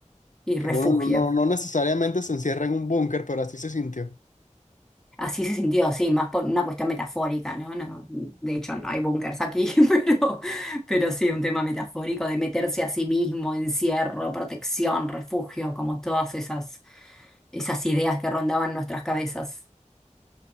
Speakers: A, in the centre; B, on the left.
A: y
B: Que
A: refugio.
B: uno no, no, no necesariamente se encierra en un búnker, pero así se sintió.
A: Así se sintió, sí, más por una cuestión metafórica, ¿no? No, de hecho, no hay búnkers aquí, <laughs> pero, pero sí, un tema metafórico de meterse a sí mismo, encierro, protección, refugio, como todas esas, esas ideas que rondaban nuestras cabezas.